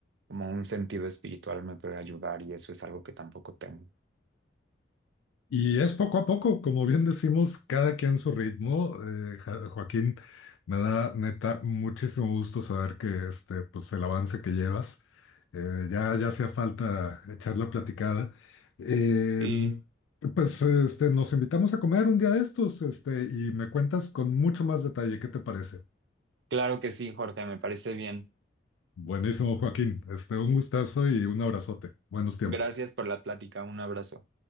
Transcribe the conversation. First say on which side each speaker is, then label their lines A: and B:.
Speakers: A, on the right; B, on the left.
A: como un sentido espiritual me puede ayudar y eso es algo que tampoco tengo.
B: Y es poco a poco, como bien decimos, cada quien su ritmo. Eh, Ja- Joaquín, me da neta muchísimo gusto saber que este, pues el avance que llevas, eh, ya, ya hacía falta echar la platicada. Eh,
A: sí
B: pues este, nos invitamos a comer un día de estos, este, y me cuentas con mucho más detalle, ¿qué te parece?
A: claro que sí, Jorge, me parece bien.
B: Buenísimo, Joaquín. Este, un gustazo y un abrazote. Buenos tiempos.
A: Gracias por la plática, un abrazo.